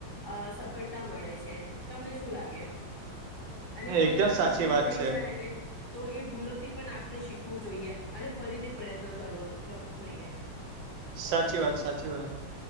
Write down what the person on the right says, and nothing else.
એકદમ
સાચી
વાત
છે
સાચી વાત સાચી વાત